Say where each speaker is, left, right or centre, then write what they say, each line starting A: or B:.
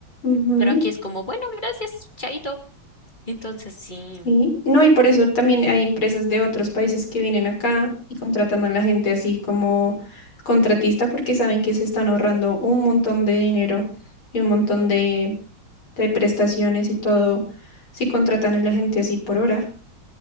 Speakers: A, on the left; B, on the left.
A: Ujú,
B: Pero aquí es como, bueno, gracias, chaito. Entonces, sí,
A: sí. No, y por eso también hay empresas de otros países que vienen acá y contratan a la gente así como contratista porque saben que se están ahorrando un montón de dinero y un montón de, de prestaciones y todo si contratan a la gente así por hora.